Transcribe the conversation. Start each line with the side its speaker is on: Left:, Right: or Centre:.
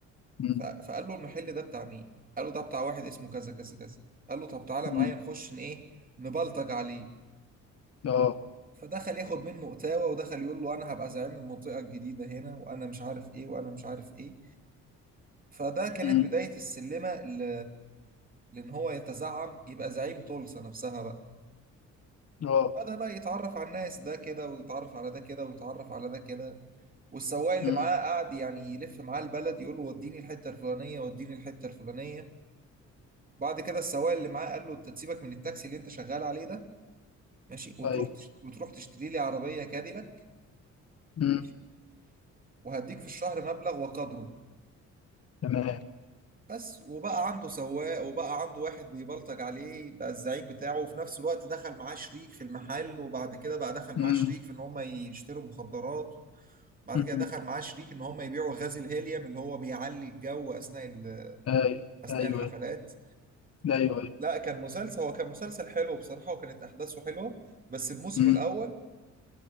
Left: مم.
Right: ف- فقال له المحل ده بتاع مين قال له ده بتاع واحد اسمه كذا كذا كذا قال له طب تعالى
Left: مم.
Right: معايا نخش ن- ايه نبلطج عليه
Left: اه
Right: فدخل ياخد منه اتاوه ودخل يقول له انا هبقى زعيم المنطقه الجديده هنا وانا مش عارف ايه وانا مش عارف ايه فده كانت
Left: مم.
Right: بدايه السلمه ل... لان هو يتزعم يبقى زعيم طلسه نفسها بقى
Left: اه
Right: بدأ بقى يتعرف على الناس ده كده ويتعرف على ده كده ويتعرف على ده كده والسواق اللي
Left: مم.
Right: معاه قعد يعني يلف معاه البلد يقول له وديني الحته الفلانيه وديني الحته الفلانيه بعد كده السواق اللي معاه قال له انت تسيبك من التاكسي اللي انت شغال عليه ده ماشي وتروح
Left: ايوه
Right: تش... وتروح تشتري لي عربيه كاديلاك
Left: مم.
Right: ماشي وهديك في الشهر مبلغ وقدره
Left: تمام
Right: بس وبقى عنده سواق وبقى عنده واحد بيبلطج عليه بقى الزعيم بتاعه وفي نفس الوقت دخل معاه شريك في المحل وبعد كده بقى دخل معاه
Left: مم.
Right: شريك في ان هم يشتروا مخدرات بعد
Left: مم.
Right: كده دخل معاه شريك ان هم يبيعوا غاز الهيليوم اللي هو بيعلي الجو اثناء ال...
Left: ايوه
Right: اثناء
Left: ايوه
Right: الحفلات
Left: ايوه ايوه
Right: لا كان مسلسل هو كان مسلسل حلو بصراحه وكانت احداثه حلوه بس الموسم
Left: مم.
Right: الاول